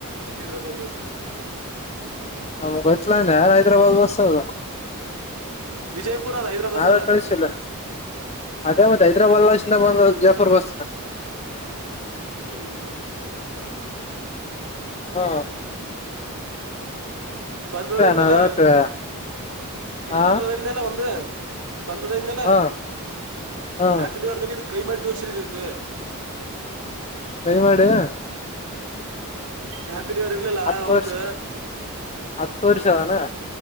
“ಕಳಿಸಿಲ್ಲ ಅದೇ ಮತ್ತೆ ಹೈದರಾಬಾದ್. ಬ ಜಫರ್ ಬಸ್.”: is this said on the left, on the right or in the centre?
Left